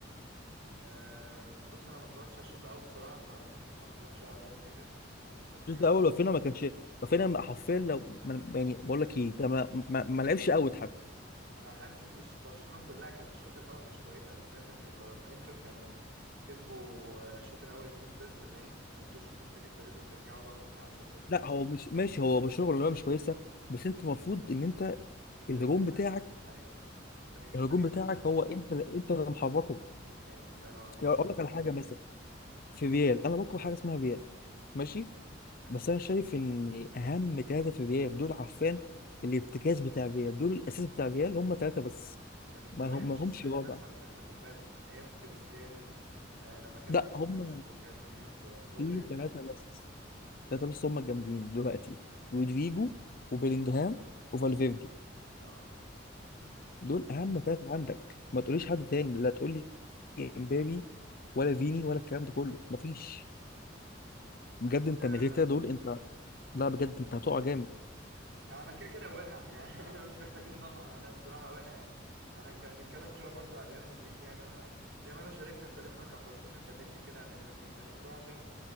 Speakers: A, on the right; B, on the left.
A: آه بص انا ما اتفرجتش على الشوط الاول بصراحه فما <laughs> اقدرش اقدر افيدك بس
B: الشوط
A: يعني
B: الاول رافينيا ما كانش رافينيا حرفيا لو ما- يعني بقول لك ايه ده ما, ما, ما لعبش اوت حتى
A: انا حاسس ان الش- برشلونه كلها كانت الشوط الاول مش كويسه انا سمعت ان بر- انتر كانوا كسبوا آه، الشوط الاول 2-0 باين وانتوا الشوط التاني ابتديتوا ترجعوا بقى وتتعادلوا كده
B: لا هو مش ماشي هو مش شغل ولا مش كويسه بس انت المفروض ان انت
A: انت
B: الهجوم
A: نجم الفريق
B: بتاعك
A: ايوه انت نجم الفريق
B: الهجوم بتاعك
A: وانت
B: هو انت انت اللي محركه
A: ايوه الله ينور عليك
B: يعني اقول لك على حاجه مثلا في ريال انا بكره حاجه اسمها ريال ماشي بس انا شايف ان اهم ثلاثه في ريال دول عارفين الارتكاز بتاع ريال دول الاساس بتاع ريال هم ثلاثه بس
A: ده من
B: ما
A: زمان
B: هم
A: مش
B: ما لهمش
A: السنه
B: رابع
A: دي بس على فكره خد بالك من ايام كريستيانو آه لما كان
B: لا
A: في
B: هم
A: كروس وكازيمير ومودريتش
B: في ثلاثه بس ثلاثه بس هم الجامدين دلوقتي رودريجو وبيلينجهام وفالفيردي
A: اه
B: دول اهم ثلاثه عندك ما تقوليش حد تاني لا تقول لي امبابي ولا فيني ولا الكلام ده كله مفيش بجد انت
A: فاهم
B: من غير كده دول انت لا بجد انت هتقع جامد
A: يعني انا كده كده واقع يعني <laughs> انا مش محتاج ان اقع انا الصراحه واقع يعني انا كان نتكلم شويه برضو على ريال مدريد يعني انا زي ما انا شاركتك كلمتك عن برشلونه كلمني كده على ريال مدريد انا بصراحه شايف